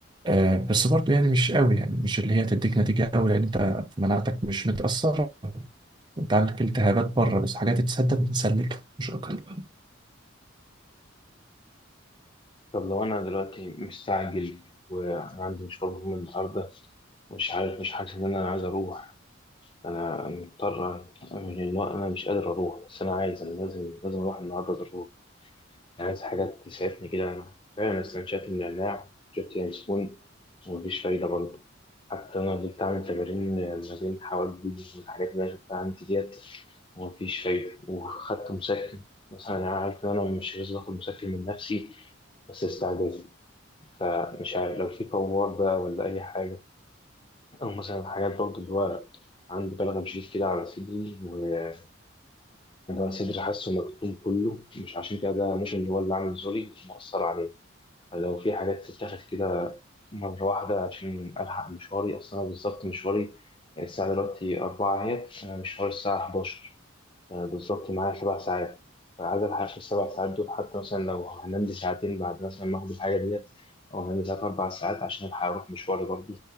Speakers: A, on the right (about 20°); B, on the left (about 25°).
A: آه، بس برضه يعني مش قوي يعني مش اللي هي تديك نتيجة قوي لأن أنت مناعتك مش متأثرة أنت عندك التهابات بره بس حاجات تسدد بتسلك مش أكتر
B: طب لو أنا دلوقتي مستعجل وأنا عندي مشوار مهم النهاردة مش عارف مش حاسس إن أنا عايز أروح أنا مضطر يعني لو أنا مش قادر أروح بس أنا عايز أنا لازم لازم أروح النهاردة ضروري عايز حاجات تسعفني كده أنا فعلا استنشقت من النعناع شفت ياسمين ومفيش فايدة برضه حتى أنا فضلت أعمل تمارين ما بين حواجبي والحاجات اللي أنا شفتها عندي ديت ومفيش فايدة وخدت مسكن مثلا أنا عارف إن أنا مش لازم آخد مسكن من نفسي بس استعجال فمش عارف لو في فوار بقى ولا أي حاجة أو مثلا حاجات برضه اللي هو عندي بلغم شديد كده على صدري وعندي صدري حاسه مكتوم كله مش عشان كده ده ممكن هو اللي عامل زوري مؤثر عليه. لو في حاجات تتاخد كده مرة واحدة عشان ألحق مشواري أصلا أنا بالظبط مشواري الساعة دلوقتي أربعة أهيت أنا مشواري الساعة 11 أنا بالظبط معايا سبع ساعات فعايز ألحق في السبع ساعات دول حتى مثلا لو هنام لي ساعتين بعد مثلا ما آخد الحاجة ديت أو هنام لي تلات أربع ساعات عشان ألحق أروح مشواري برضه